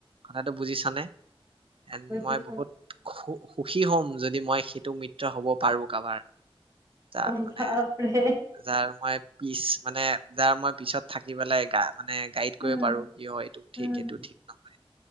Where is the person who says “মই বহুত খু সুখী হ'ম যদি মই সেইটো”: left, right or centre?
Right